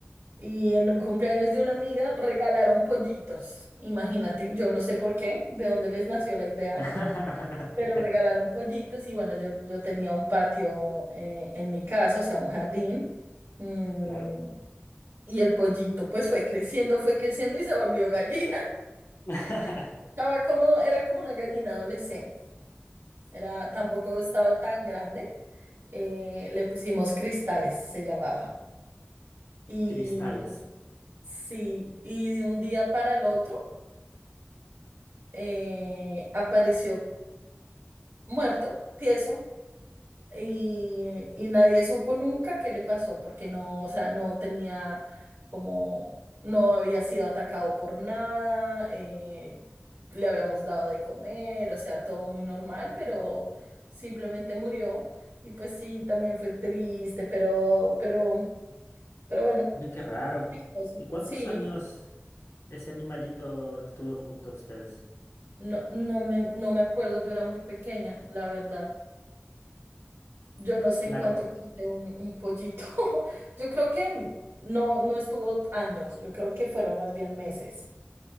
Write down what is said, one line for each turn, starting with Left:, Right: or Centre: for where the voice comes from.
Right: y en un cumpleaños de una amiga regalaron pollitos, imagínate, yo no sé por qué, de dónde les nació la idea,
Left: <laughs>
Right: pero
Left: Ya,
Right: regalaron pollitos y bueno, yo, yo tenía un patio eh, en mi casa, o sea, un jardín, mm,
Left: claro.
Right: y el pollito pues fue creciendo, fue creciendo y se volvió gallina,
Left: <laughs>
Right: <laughs> estaba como, era como una gallina adolescente. Era, tampoco estaba tan grande. eh, le pusimos cristales, se llamaba. Y
Left: Cristales.
Right: sí, y de un día para el otro eh, apareció muerto, tieso, Y, y nadie supo nunca qué le pasó, porque no, o sea, no tenía como, no había sido atacado por nada, eh, le habíamos dado de comer, o sea, todo muy normal, pero simplemente murió. Y pues sí, también fue triste, pero, pero, pero bueno,
Left: Uy, qué raro.
Right: chistoso.
Left: ¿Y cuántos
Right: sí,
Left: años ese animalito estuvo junto a ustedes?
Right: no, no me, no me acuerdo, yo era muy pequeña, la verdad. Yo no sé
Left: Claro.
Right: en cuánto quise un, un pollito. <laughs> Yo creo que no, no estuvo años, yo creo que fueron más bien meses.